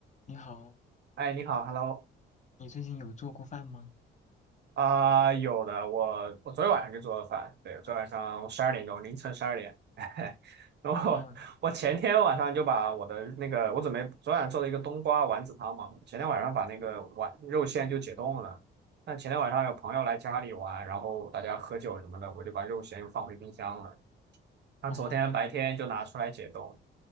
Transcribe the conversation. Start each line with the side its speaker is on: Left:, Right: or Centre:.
Left: 你好，
Right: 哎，你好，Hello，
Left: 你最近有做过饭吗？
Right: 啊、有的，我我昨天晚上就做了饭，对，昨天晚上十二点钟，
Left: 嗯，
Right: 凌晨十二点，<laughs> 然后我前天晚上就把我的那个，
Left: 哦，
Right: 我准备昨晚做了一个冬瓜丸子汤嘛，前天晚上把那个丸肉馅就解冻了，那前天晚上有朋友来家里玩，
Left: 哦，
Right: 然后大家喝酒什么的，我就把肉馅又放回冰箱了，他昨天白天就拿出来解冻，
Left: 哦，